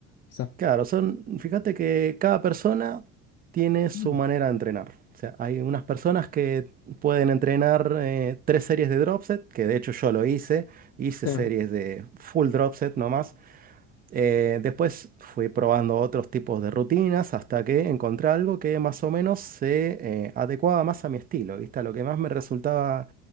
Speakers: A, on the left; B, on the right.
A: Quizá.
B: Claro, son, fíjate que cada persona tiene su
A: mm,
B: manera de entrenar. O sea, hay unas personas que pueden entrenar eh, tres series de drop set, que de hecho yo lo hice, hice
A: Sí.
B: series de full drop set nomás, eh, después fui probando otros tipos de rutinas hasta que encontré algo que más o menos se eh, adecuaba más a mi estilo, ¿viste? A lo que más me resultaba,